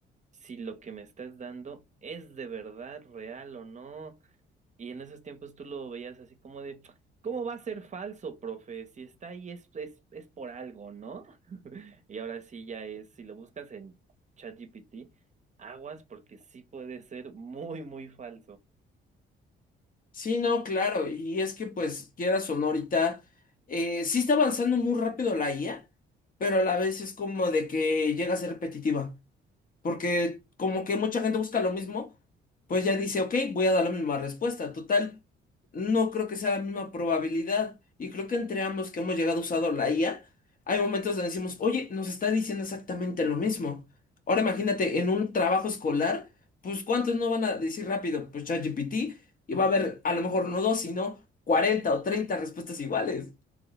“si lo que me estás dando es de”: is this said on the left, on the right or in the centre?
Right